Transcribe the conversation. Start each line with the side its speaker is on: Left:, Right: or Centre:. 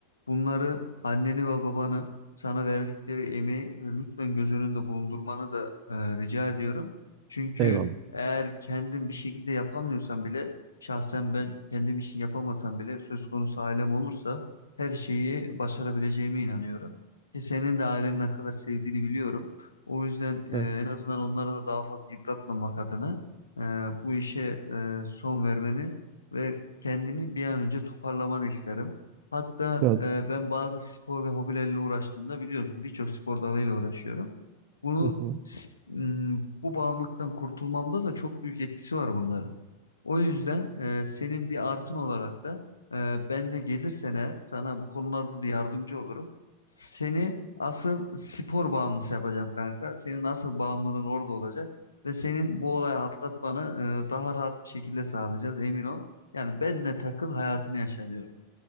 Left: Bunları anneni ve babanı sana verdikleri emeği e, lütfen göz önünde bulundurmanı da e, rica ediyorum. Çünkü
Right: Eyvallah.
Left: eğer kendin bir şekilde yapamıyorsan bile şahsen ben kendim için yapamasam bile söz konusu ailem olursa her şeyi başarabileceğime inanıyorum. Ki senin de ailenin ne kadar sevdiğini biliyorum. O yüzden e,
Right: Evet.
Left: en azından onları da daha fazla yıpratmamak adına e, bu işe e, son vermeni ve kendini bir an önce toparlamanı isterim. Hatta
Right: Ya
Left: e, ben bazı spor ve hobilerle uğraştığımda biliyorsun birçok spor dalıyla uğraşıyorum. Bunu
Right: hı hı.
Left: s- m, bu bağımlılıktan kurtulmamda da çok büyük etkisi var bunların. O yüzden e, senin bir artın olarak da e, benle gelirsen eğer sana bu konularda da yardımcı olurum. Seni asıl spor bağımlısı yapacağım kanka. Senin asıl bağımlılığın orada olacak ve senin bu olayı atlatmanı e, daha rahat bir şekilde sağlayacağız emin ol. Yani benle takıl hayatını yaşa diyorum.